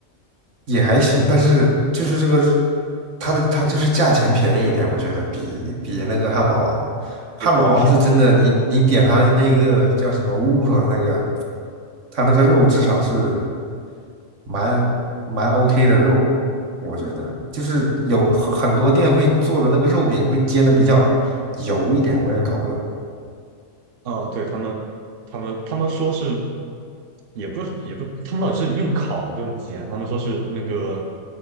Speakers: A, on the right; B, on the right.
A: 也还行，但是就是这个它的它就是价钱便宜一点，我觉得比比那个汉堡王，汉堡王是真的，
B: 也不便宜
A: 你你点它那个叫什么 w h o 那个，它那个肉至少是蛮蛮 OK 的肉，我觉得就是有很很多店会做的那个肉饼会煎的比较油一点，我也搞不懂。
B: 啊，对他们，他们他们说是，也不是也不，他们到底是用烤啊是用煎？他们说是那个